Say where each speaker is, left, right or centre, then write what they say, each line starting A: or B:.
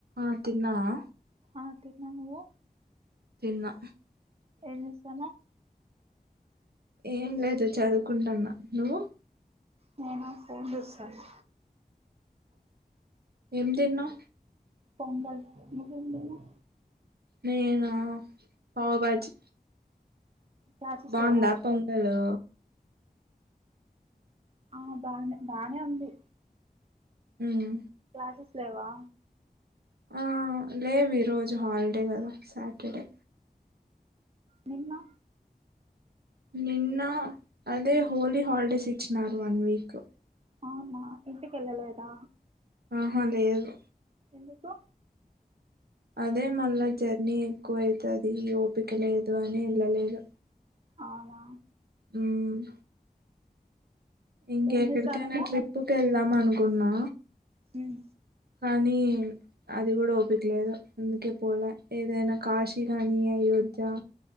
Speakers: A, on the right; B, on the right.
A: ఆ తిన్నావా
B: ఆ తిన్నా నువ్వు
A: తిన్నా
B: ఏం చేస్తున్నావ్
A: ఏం లేదు చదువుకుంటాన్నా నువ్వు
B: నేనా ఫోను చూస్తానా
A: ఏం తినవు
B: పొంగల్ నువ్వు ఏం తిన్నావ్
A: నేనా పావ్ భాజీ
B: క్లాసెస్
A: బాగుందా
B: లేవా
A: పొంగలు
B: ఆ బానే బానే ఉంది
A: ఉమ్.
B: క్లాసస్ లేవా
A: ఆ లేవు ఈ రోజు హాలిడే కదా సాటర్డే
B: నిన్నా
A: నిన్న అదే హోలీ హాలిడేస్ ఇచ్చనారు వన్ వీక్
B: అవునా ఇంటికి ఏళ్ళలేదా
A: హా లేదు
B: ఎందుకు
A: అదే మళ్ళా జర్నీ ఎక్కువ అవుతది ఓపిక లేదు అని ఏళ్ళలేదు
B: అవునా
A: హ్మ్మ్ ఇంకెక్కడికైనా
B: ఏం చేస్తానన్నావ్
A: ట్రిప్పుకి వెళ్దాం అనుకున్నా
B: హ్మ్మ్
A: కానీ అది కూడా ఒపికలేదు అందుకే పోలే ఏదైనా కాశీ కానీ అయోధ్య జా